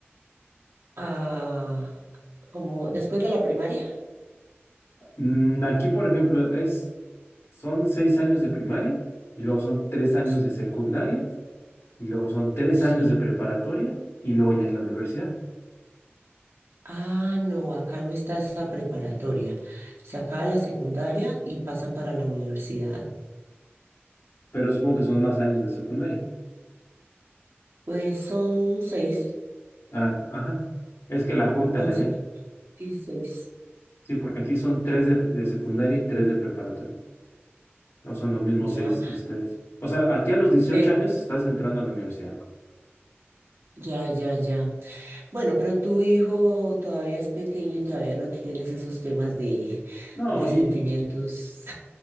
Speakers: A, on the right; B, on the left.
A: ah, como después de la primaria.
B: Mm, Aquí, por ejemplo, es, son seis años de primaria y luego son tres años
A: Sí.
B: de secundaria y luego son tres
A: Sí.
B: años de preparatoria y luego ya es la universidad.
A: Ah, no, acá no está esa preparatoria. Se acaba la secundaria y pasan para la universidad.
B: Pero supongo que son más años de secundaria.
A: Pues son seis,
B: Ah, ajá. Es que la juntan
A: once
B: allá.
A: y seis.
B: Sí, porque aquí son tres de, de secundaria y tres de preparatoria. No son los mismos
A: Ya,
B: seis de ustedes. O sea, aquí a los dieciocho
A: pero
B: años estás entrando a la universidad.
A: ya, ya, ya. Bueno, pero tu hijo todavía es pequeño y todavía no tienes esos temas de,
B: No,
A: de
B: y,
A: sentimientos.